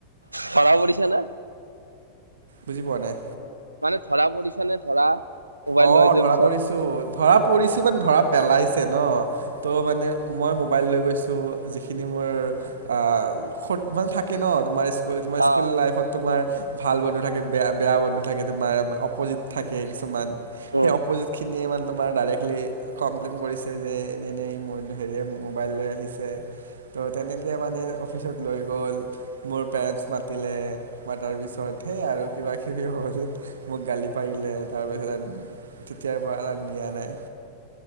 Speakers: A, on the right; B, on the right.
A: ধৰা পৰিছা না?
B: বুজি পোৱা নাই?
A: মানে ধৰা পৰিছা নে ধৰা? মোবাইল
B: অঁ
A: লৈ যোৱাৰ
B: ধৰা
A: পিছত
B: পৰিছো ধৰা পৰিছো মানে ধৰা পেলাইছে ন ত' মানে মই মোবাইল লৈ গৈছোঁ যিখিনি মোৰ আহ স মানে থাকে ন তোমাৰ তোমাৰ
A: অ
B: স্কুল
A: হয়
B: লাইফত তোমাৰ ভাল বন্ধু থাকে বেয়া বেয়া বন্ধু থাকে তোমাৰ মানে অপজিত থাকে কিছুমান সেই
A: উম
B: অপজিত খিনিয়ে ইমান তোমাৰ ডাইৰেক্টলি কমপ্লেইন কৰিছে যে এনেই মোৰ হেৰিয়ে মোবাইল লৈ আহিছে তো তেনেকৈ মানে অফিচত লৈ গ'ল মোৰ পেৰেণ্টছ মাতিলে ম তাৰ পিছত সেই আৰু কিবা কিবি হ'ল মোক গালি পাৰিলে তাৰপিছত তেতিয়াৰ পৰা ত নিয়া নাই